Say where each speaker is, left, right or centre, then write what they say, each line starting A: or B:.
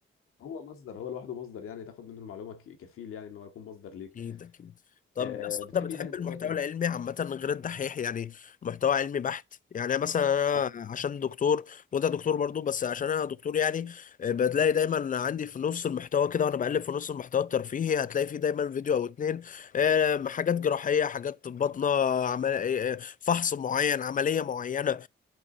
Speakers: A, on the left; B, on the left.
A: هو مصدر هو لوحده مصدر يعني تاخد منه المعلومه ك- كفيل يعني ان هو يكون مصدر ليك
B: اكيد اكيد طب
A: أه
B: يا اسطى
A: بتحب
B: انت بتحب
A: ايه تاني محتوى
B: المحتوى
A: تاني
B: العلمي عامة غير الدحيح يعني محتوى علمي بحت يعني أنا مثلا
A: وقت
B: أنا عشان دكتور وانت دكتور برضو بس عشان انا دكتور يعني آه، بتلاقي دايما عندي في نص المحتوى كده وانا بقلب في نص المحتوى الترفيهي هتلاقي فيه دايما فيديو او اتنين آه، حاجات جراحية حاجات باطنة عمل... آه، آه، فحص معين عملية معينة